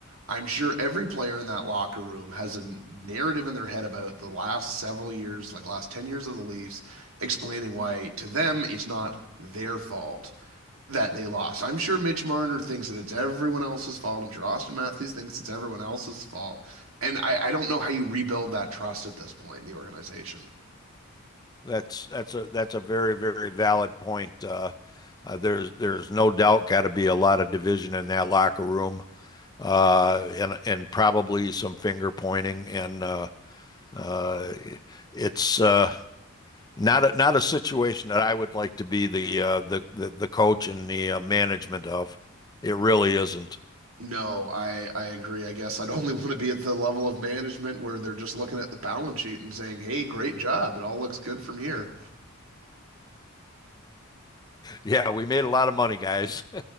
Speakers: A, on the right (about 70°); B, on the left (about 20°).
A: I'm sure every player in that locker room has a narrative in their head about the last several years, like last 10 years of the Leafs, explaining why to them it's not their fault that they lost. I'm sure Mitch Marner thinks that it's everyone else's fault. I'm sure Austin Matthews thinks it's everyone else's fault. And I, I don't know how you rebuild that trust at this point in the organization.
B: That's that's a that's a very very valid point. Uh, uh, there's there's no doubt got to be a lot of division in that locker room, uh, and and probably some finger pointing, and uh, uh, it's uh, not a, not a situation that I would like to be the uh, the, the the coach and the uh, management of. It really isn't.
A: No, I I agree. I guess I'd <laughs> only want to be at the level of management where they're just looking at the balance sheet and saying, "Hey, great job. It all looks good from here."
B: Yeah, we made a lot of money, guys.